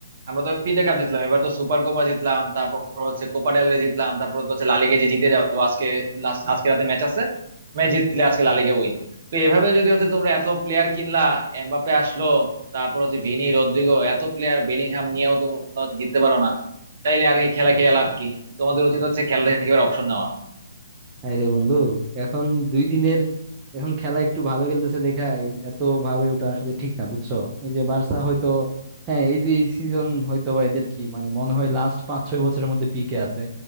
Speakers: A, on the right (about 50°); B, on the right (about 20°).
A: আমরা তো তিনটা কাপ জিতলাম এবার তো সুপার কোপা জিতলাম তারপর হচ্ছে কোপা ডেল রে জিতলাম তারপর তো হচ্ছে লা লিগে যে জিতে যাবো আজকে লাস্ট আজকে রাতে ম্যাচ আছে ম্যাচ জিতলে আজকে লা লিগে উইন তো এভাবে যদি হচ্ছে তোমরা এত প্লেয়ার কিনলা এমবাপ্পে আসলো তারপর হচ্ছে ভিনি রদ্রিগো এত প্লেয়ার বেলিংহাম নিয়েও তোমরা হচ্ছে জিততে পারো না তাইলে আর কি খেলা খেলে লাভ কি তোমাদের উচিত হচ্ছে খেলা থেকে এবার অপশন নেওয়া
B: হায় রে বন্ধু এখন দুই দিনের এখন খেলা একটু ভালো খেলতেছে দেখা এ- এত ভাবে ওটা আসলে ঠিক না বুঝছো এই যে বার্সা হয়তো হ্যাঁ এই যে এই সিজন হয়তো বা এদের কি মানে মনে হয় লাস্ট পাঁচ ছয় বছরের মধ্যে পিকে আছে